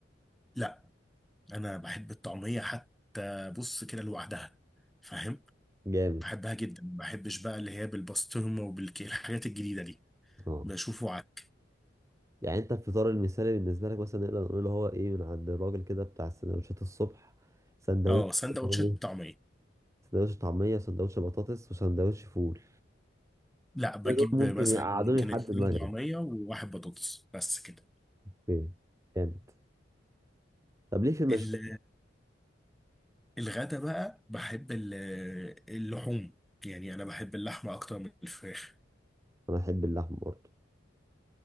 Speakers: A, in the centre; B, on the right (about 15°).
A: لا انا بحب الطعميه حتى بص كده لوحدها فاهم
B: جامد
A: بحبها جدا ما بحبش بقى اللي هي بالبسطرمه وبالكيل الحاجات الجديده دي
B: اه
A: بشوفه عك
B: يعني انت الفطار المثالي بالنسبه لك مثلا نقدر نقول هو ايه من عند الراجل كده بتاع السندوتشات الصبح سندوتش
A: اه سندوتشات
B: يعني
A: طعميه
B: سندوتش طعميه وسندوتش بطاطس وسندوتش فول
A: لا بجيب
B: ده دول ممكن
A: مثلا
B: يقعدوني
A: ممكن
B: لحد
A: اتنين
B: المغرب
A: طعميه وواحد بطاطس بس كده
B: اوكي جامد طب ليه في المشويات
A: ال- الغدا بقى بحب ال- اللحوم يعني انا بحب اللحمه اكتر من الفراخ
B: انا احب اللحمه برضه